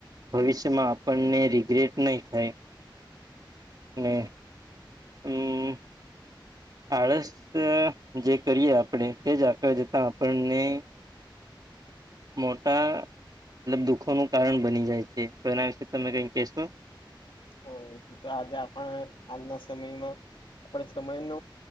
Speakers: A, on the right; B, on the left.
A: ભવિષ્યમાં આપણને રિગ્રેટ નહી થાય. અને હ. આળસ જે કરીએ આપણે તે જ આગળ જતા આપણને મોટા મતલબ દુઃખો નું કારણ બની જાય છે. તો એના વિશે તમે કઈ કહેશો?
B: હા તો આજે આપણ હાલના સમયમાં આપણે સમય ન